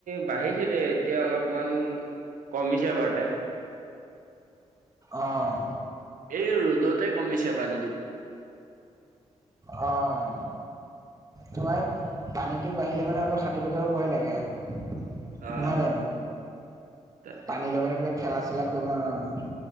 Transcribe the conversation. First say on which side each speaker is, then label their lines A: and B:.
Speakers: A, on the right; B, on the right.
A: বাঢ়িছিলে এতিয়া অলপমান কমিছে বাৰুতে।
B: অহ।
A: এই ৰ'দতে কমিছে পানীটো।
B: অহ। তোমাৰ এই পানীটো বাঢ়িলে মানে অলপ সাঁতুৰিব যাব ভয় লাগে। নহয়
A: অ'।
B: জানো?
A: অ',
B: পানীৰ লগত এইবিলাক খেলা চেলা কৰিব নাজানো